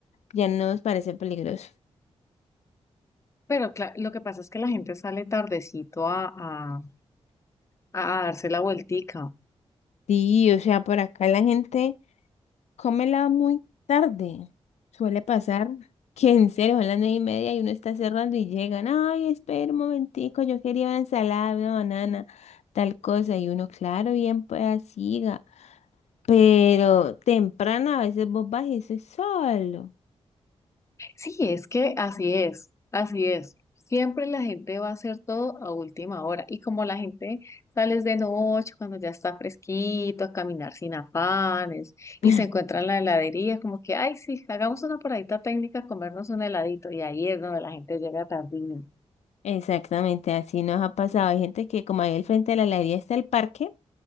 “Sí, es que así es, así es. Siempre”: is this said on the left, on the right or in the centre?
Left